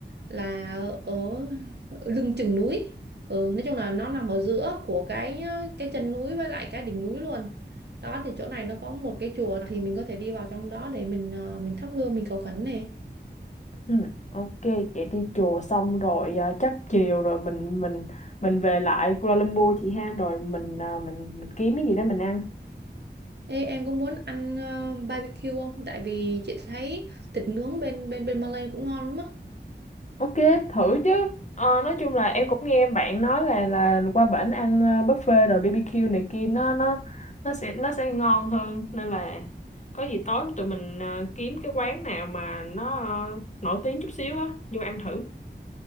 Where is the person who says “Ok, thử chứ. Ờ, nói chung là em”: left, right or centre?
Left